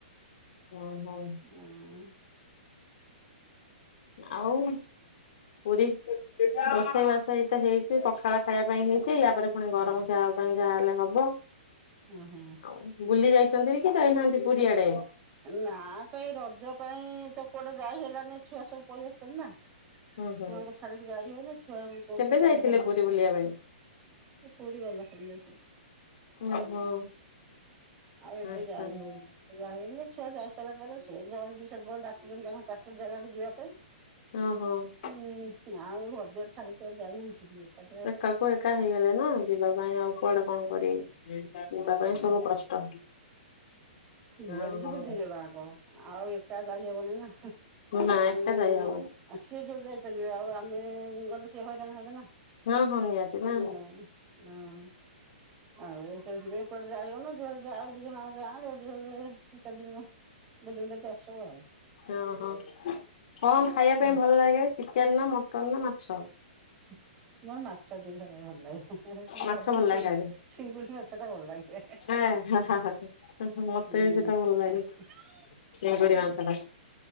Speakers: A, on the left; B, on the right.
A: ହ ହୋ।
B: ହଁ
A: ଆଉ ପୁରୀ ରୋଷେଇବାସ ଏଇତ ହେଇଛି, ପଖାଳ ଖାଇବା ପାଇଁ ହେଇ ସେଇୟା ପରେ ପରେ ପୁଣି
B: ହଁ
A: ଗରମ ଖାଇବା ପାଇଁ ଯାହାହେଲେ ହବ।
B: ହଁ ହଁ।
A: ଆଉ ବୁଲି ଯାଇକି। ଅଛନ୍ତି କି ଯାଇନାହାନ୍ତି ପୁରୀ ଆଡେ?
B: ନା ତ ଏଇ ରଜ। ପାଇଁ ତ କୁଆଟେ ଯାଇ ହେଲାନି ଛୁଆ ସବୁ ପଳେଇଆସୁଛନ୍ତି ନା।
A: ହୁଁ ହୁଁ
B: ଛୁଆଙ୍କୁ ଛାଡିକି ଯାଇ ହଉ ନି ଛୁଆଙ୍କୁ କୋଉଠୁ
A: କେବେ ଯାଇଥିଲେ
B: ଚାଲ <unintelligible> ସବୁ
A: ପୁରୀ ବୁଲିବା ପାଇଁ?
B: ପୁରୀ ଗଲା ସ
A: ଓହୋ
B: ଆଉ ଏବେ
A: ଆଚ୍ଛା
B: ଯାଇ ହଉନି ଯାଇ ହଉ। ଛୁଆ ଯାଇସାରିଲା ପରେ ସେ ଜଣ ବି ସବୁବେଳେ ଡାକୁଛନ୍ତି, ତାଙ୍କ ଚାକିରି ଜାଗାକୁ ଯିବା ପାଇଁ।
A: ହ ହୋଉ।
B: ହୁଁ ଆଉ ଏଇ ଘର ଦ୍ବାର ଛାଡିକି ଆଉ ଯାଇ ହଉଛି କି? ଏକାଟିଆ
A: ଏକାକୁ ଏକା ହେଇଗଲେ ନା ଯିବା ପାଇଁ ଆଉ କୁଆଡେ କଣ କରିବି, ଯିବା ପାଇଁ ସବୁ କଷ୍ଟ।
B: ଯୁଆଡ
A: ଓହୋ।
B: ଯିବୁ ଦି ଜଣ ଯାକ, ଆଉ। ଏକା ଯାାଇ ହେବନ ନା
A: ନା ଏତେ
B: ଆମେ
A: ଯାଇହବନି
B: ସିଏ ଯୋଉ ଯାଇପାରିବେ ଆଉ ଆ ଆମେ ଗଲେ ସେ ହଇରାଣ ହେବେ ନା।
A: ହଁ ହଁ ନିହାଦ ନା।
B: ହଁ। ହଁ ଆଉ ସେଇଥିପାଇଁ କୁଆଡେ ଯାଇ ହବନୁ ଯଆଡେ ଯାଉଛୁ। ହଁ ଯା ଜୋ ଜୋ ଚି ଦ ବୁଲି ବୁଲି ବାଲି କି ଆସୁ, ଆଉ।
A: ଓହୋ କଣ ଖାଇବା ପାଇଁ
B: ହୁଁ
A: ଭଲ ଲାଗେ ଚିକେନ, ନା ମଟନ୍, ନା ମାଛ? ଛ।
B: <unintelligible> ମୋର ମାଛ ଟିକେ ଖଇବାକୁ ଭଲ ଲାଗେ। ହଉଚି ମୋର
A: ମାଛ
B: ସବୁଠୁ
A: ଭଲ
B: ଚିଙ୍ଗ
A: ଲାଗେ
B: ଚିଙ୍ଗୁଡ଼ି ମାଛ ଟା ଭଲ ଲାଗେ
A: ଖାଇବା ପାଇଁ ମତେ
B: ହଁ
A: ବି ସେଇଟା ଭଲ ଲାଗେ
B: ହଁ
A: ଚିଙ୍ଗୁଡି ମାଛ ଟା